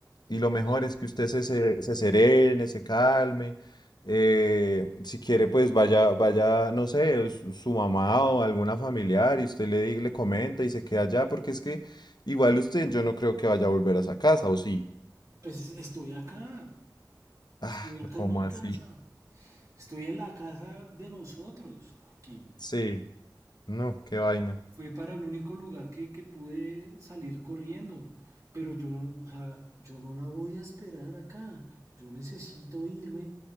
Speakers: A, on the left (about 70°); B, on the right (about 50°).
A: y lo mejor es que usted se, se, se serene, se calme. eh, si quiere, pues vaya, vaya, no sé, su su mamá o alguna familiar y usted le, di- le comenta y se queda allá, porque es que igual usted, yo no creo que vaya a volver a esa casa, ¿o sí?
B: Pues es- estoy acá.
A: Ah,
B: Estoy acá
A: ¿cómo
B: en mi casa.
A: así?
B: Estoy en la casa de nosotros, Joaquín.
A: Sí, no, qué vaina.
B: Fue para el único lugar que, que pude salir corriendo. Pero yo, o sea, yo no la voy a esperar acá. Yo necesito irme.